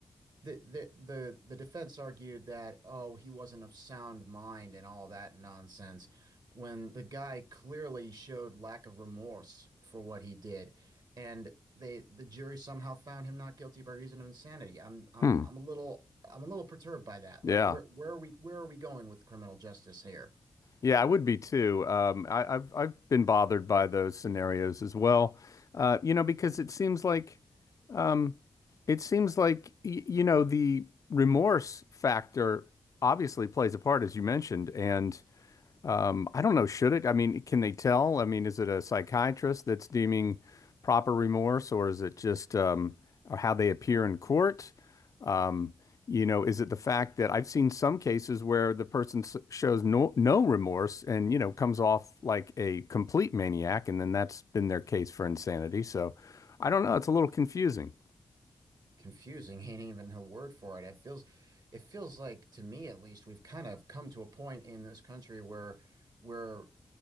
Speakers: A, on the right; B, on the left.
A: the the the the defense argued that oh he wasn't of sound mind and all that nonsense when the guy clearly showed lack of remorse for what he did and they the jury somehow found him not guilty by reason of insanity I'm I'm
B: Hmm.
A: I'm a little I'm a little perturbed by that
B: Yeah.
A: like where where are we where are we going with criminal justice here
B: Yeah, I would be too. Um I, I've I've been bothered by those scenarios as well. Uh, you know, because it seems like um it seems like y you know the remorse factor obviously plays a part as you mentioned and Um, I don't know, should it? I mean, can they tell? I mean, is it a psychiatrist that's deeming proper remorse, or is it just um, how they appear in court? Um, you know, is it the fact that I've seen some cases where the person s- shows no no remorse and, you know, comes off like a complete maniac, and then that's been their case for insanity. So I don't know. It's a little confusing,
A: confusing <laughs> ain't even a word for it it feels it feels like to me at least we've kind of come to a point in this country where we're